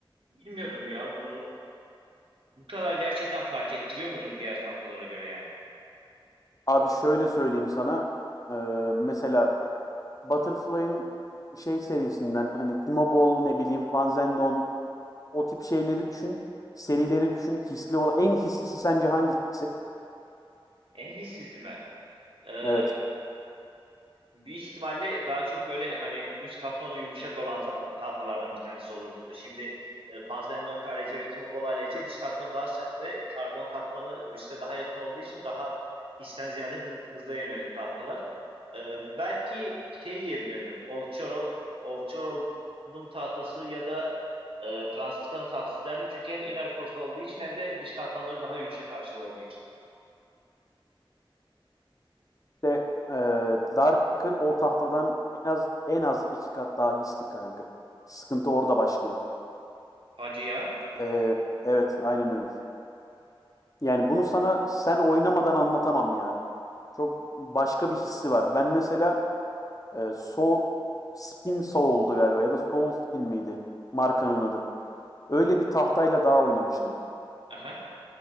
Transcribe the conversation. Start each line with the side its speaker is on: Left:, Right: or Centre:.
Right: bilmiyorum ya bunu bu kadar gerçekten fark ettiriyor mudur diğer tahtalara göre yani?
Left: Abi şöyle söyleyeyim sana. Ee, mesela Butterfly'ın şey serisinden hani Timobol ne bileyim Fanzendon o tip şeyleri düşün. Serileri düşün. Hisli olan en hislisi sence hangisi?
Right: En hissisi mi? Ee,
Left: Evet.
Right: Büyük ihtimalle daha çok böyle hani üst katmanı yumuşak olan ta- tahtalardan bir tanesi olurdu Şimdi e, Fanzendonk ALC ve Timo Boll ALC dış katmanı daha sertse karbon katmanı üste daha yakın olduğu için daha histen ziyade hız- hıza yönelik tahtalar. E, belki şey diyebilirdim. Ovçaro, Ovçarov'un tahtası ya da e, Franciscan'ın tahtası derdim. Çünkü hem inner force olduğu için hem de dış katmanları daha yumuşak ağaçlar olduğu için.
Left: De e, Darker o tahtadan en az en az iki kat daha hisli kanka. Sıkıntı orada başlıyor.
Right: Hadi ya.
Left: Ee, evet, aynen öyle. Yani bunu sana sen oynamadan anlatamam ya. Çok başka bir hissi var. Ben mesela e, Soul Spin Soul'du galiba ya da Soul Spin miydi markanın adı. Öyle bir tahtayla daha oynamıştım.
Right: Aha.